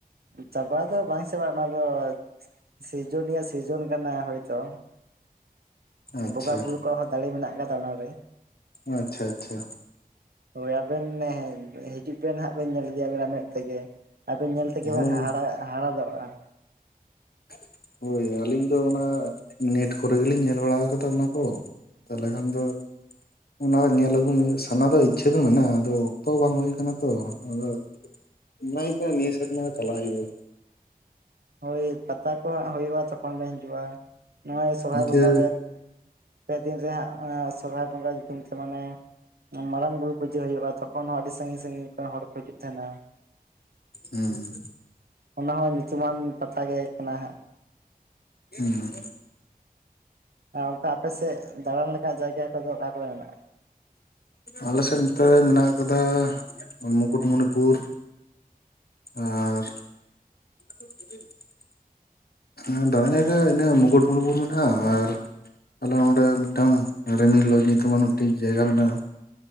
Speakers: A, on the right; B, on the left.
A: ᱪᱟᱵᱟ ᱫᱚ ᱵᱟᱝ ᱪᱟᱵᱟᱜᱼᱟ ᱚᱱᱟ ᱫᱚ, ᱥᱤᱨᱡᱚᱱᱤᱭᱼᱟᱜ ᱥᱤᱨᱡᱚᱱ ᱠᱟᱱᱟ ᱦᱚᱭᱛᱚ᱾
B: ᱟᱪᱪᱷᱟ
A: ᱵᱚᱸᱜᱟ ᱵᱩᱨᱩ ᱠᱚᱣᱟᱜ ᱦᱚᱸ ᱫᱟᱲᱮ ᱢᱮᱱᱟᱜ ᱠᱟᱫᱟ, ᱚᱱᱟᱨᱮ᱾
B: ᱟᱪᱪᱷᱟ ᱟᱪᱪᱷᱟ᱾
A: ᱦᱳᱭ ᱟᱵᱮᱱ ᱱᱮᱦ, ᱦᱤᱡᱩᱜ ᱵᱮᱱ ᱦᱟᱸᱜ ᱵᱮᱱ ᱧᱮᱞ ᱤᱫᱤᱭᱟ ᱟᱵᱮᱱᱼᱟᱜ ᱢᱮᱫ ᱛᱮᱜᱮ᱾ ᱟᱵᱮᱱ ᱧᱮᱞ ᱛᱮᱜᱮ
B: ᱦᱳᱭ
A: ᱵᱮᱱ ᱦᱟᱦᱟᱲᱟ, ᱦᱟᱦᱟᱲᱟ ᱫᱚᱜᱼᱟ᱾
B: <inaudible> ᱦᱳᱭ, ᱟᱞᱤᱧ ᱫᱚ ᱚᱱᱟ ᱱᱮᱴ ᱠᱚᱨᱮ ᱜᱮᱞᱤᱧ ᱧᱮᱞ ᱵᱟᱲᱟᱣ ᱠᱟᱫᱟ, ᱚᱱᱟ ᱠᱚ᱾ ᱛᱟᱦᱞᱮ ᱠᱷᱟᱱ ᱫᱚ ᱚᱱᱟ ᱧᱮᱞ ᱟᱹᱜᱩ ᱥᱟᱱᱟ ᱫᱚ ᱤᱪᱪᱷᱟᱹ ᱫᱚ ᱢᱮᱱᱟᱜᱼᱟ, ᱟᱫᱚ ᱚᱠᱛᱚ ᱵᱟᱝ ᱦᱩᱭ ᱠᱟᱱᱟ ᱛᱚ᱾ ᱟᱫᱚ ᱢᱚᱱᱮ ᱦᱩᱭᱩᱜ ᱠᱟᱱᱟ, ᱱᱤᱭᱟᱹ ᱥᱮᱨᱢᱟ ᱪᱟᱞᱟᱜ ᱦᱩᱭᱩᱜᱼᱟ᱾
A: ᱦᱳᱭ ᱯᱟᱛᱟ ᱠᱚ ᱦᱟᱸᱜ ᱦᱳᱭᱳᱜᱼᱟ ᱛᱚᱠᱷᱚᱱ ᱵᱮᱱ ᱦᱤᱡᱩᱜᱼᱟ᱾ ᱱᱚᱼᱚᱭ ᱥᱚᱨᱦᱟᱭ
B: ᱤᱱᱠᱟᱹ
A: ᱵᱚᱸᱜᱟ ᱨᱮ ᱯᱮ ᱫᱤᱱ ᱨᱮ ᱦᱟᱸᱜ ᱥᱚᱨᱦᱟᱭ ᱵᱚᱸᱜᱟ ᱧᱩᱛᱩᱢ ᱛᱮ, ᱢᱟᱱᱮ ᱢᱟᱨᱟᱝ ᱵᱩᱨᱩ ᱯᱩᱡᱟᱹ ᱦᱩᱭᱩᱜᱼᱟ, ᱛᱚᱠᱷ ᱛᱚᱠᱷᱟᱱ ᱦᱚᱸ ᱟᱹᱰᱤ ᱥᱟᱺᱜᱤᱧ ᱥᱟᱺᱜᱤᱧ ᱠᱷᱚᱱ ᱦᱚᱲ ᱠᱚ ᱦᱤᱡᱩᱜ ᱛᱟᱦᱮᱱᱟ᱾
B: ᱦᱩᱸ᱾
A: ᱚᱱᱟ ᱦᱚᱸ ᱧᱩᱛᱩᱢᱟᱱ ᱯᱟᱛᱟ ᱜᱮ ᱠᱟᱱᱟ ᱦᱟᱸᱜ᱾
B: ᱦᱩᱸ᱾
A: ᱟᱨ ᱚᱝᱠᱟ ᱟᱯᱮ ᱥᱮᱫ, ᱫᱟᱬᱟᱱ ᱞᱮᱠᱟ ᱡᱟᱭᱜᱟ ᱠᱚᱫᱚ ᱚᱠᱟ ᱠᱚᱨᱮ ᱢᱮᱱᱟᱜᱼᱟ?
B: ᱟᱞᱮ ᱥᱮᱫ ᱱᱚᱛᱮ ᱢᱮᱱᱟᱜ ᱠᱟᱫᱟ, ᱢᱩᱠᱩᱴᱢᱩᱱᱤᱯᱩᱨ᱾ ᱟᱨᱻ <inaudible> ᱦᱮᱸ ᱫᱟᱬᱟᱱ ᱡᱟᱭᱜᱟ ᱤᱱᱟᱹ ᱢᱩᱠᱩᱴᱢᱩᱱᱤᱯᱩᱨ ᱢᱮᱱᱟᱜᱼᱟ, ᱟᱨ ᱟᱞᱮ ᱚᱸᱰᱮ ᱢᱤᱫᱴᱟᱝ ᱨᱤᱢᱤᱞ ᱞᱚᱡᱽ ᱧᱩᱛᱩᱢᱟᱱ ᱢᱤᱫᱴᱤᱡ ᱡᱟᱭᱜᱟ ᱢᱮᱱᱟᱜᱼᱟ᱾